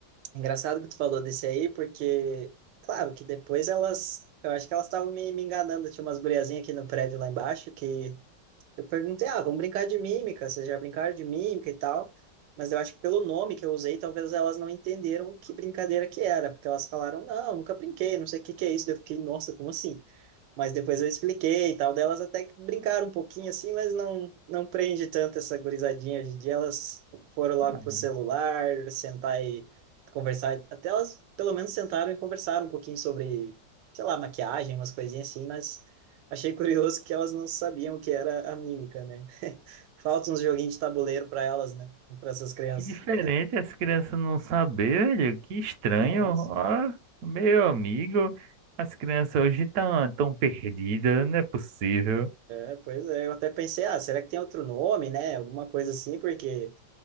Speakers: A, on the right (about 85°); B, on the right (about 70°).
A: Engraçado que tu falou desse aí, porque, claro, que depois elas, eu acho que elas estavam me, me enganando. Tinha umas guriazinhas aqui no prédio lá embaixo que eu perguntei, ah, vamos brincar de mímica, vocês já brincaram de mímica e tal. Mas eu acho que pelo nome que eu usei, talvez elas não entenderam que brincadeira que era, porque elas falaram, não, nunca brinquei, não sei o que que é isso. Daí Eu fiquei, nossa, como assim? Mas depois eu expliquei e tal, delas até que brincaram um pouquinho assim, mas não não prende tanto essa gurizadinha hoje em dia. Elas foram logo
B: Ah,
A: pro celular, sentar e conversar. Até elas pelo menos sentaram e conversaram um pouquinho sobre, sei lá, maquiagem, umas coisinhas assim, mas achei curioso que elas não sabiam o que era a mímica, né? <laughs> Falta uns joguinhos de tabuleiro para elas, né? Para essas crianças.
B: Que diferente as crianças não saber, velho. Que estranho.
A: Nossa,
B: Ó, meu amigo, as crianças hoje estão tão tão perdidas, não é possível.
A: é, pois é, eu até pensei, ah, será que tem outro nome, né? Alguma coisa assim, porque